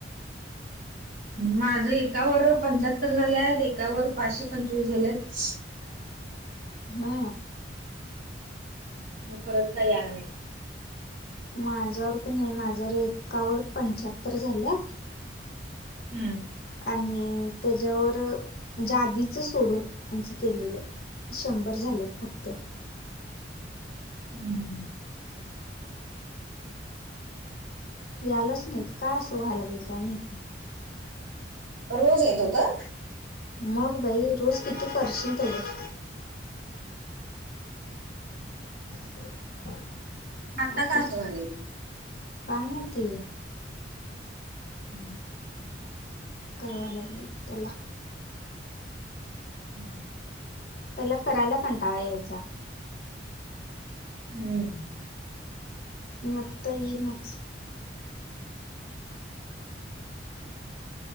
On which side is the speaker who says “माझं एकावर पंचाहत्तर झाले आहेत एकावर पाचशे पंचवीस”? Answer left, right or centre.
Right